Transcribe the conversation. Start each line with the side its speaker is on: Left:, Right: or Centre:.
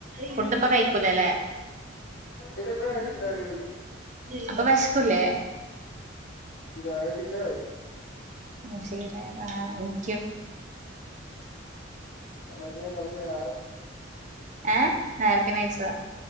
Right: ഫുഡ്ഇപ്പകഴിക്കൂലല്ലേ
Left: ഇല്ലഇപ്പകഴിക്കത്തില്ലകഴിക്കത്തില്ല
Right: അപ്പൊവെശ്ക്കുല്ലേ
Left: പിന്നായ്ശീലായി
Right: ആഹ്ശീലതായിക്കും
Left: സമയത്തിന്കഴിച്ചകാലംമ
Right: ഏഹ് നേരത്തിനയച്ചതാ